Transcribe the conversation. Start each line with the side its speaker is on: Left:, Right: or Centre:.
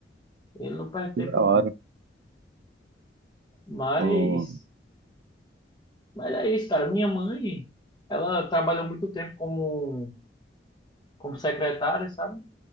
Left: Ele não perde tempo,
Right: Que da hora.
Left: não. Mas,
Right: O-
Left: mas é isso, cara. Minha mãe, ela trabalhou muito tempo como, como secretária, sabe?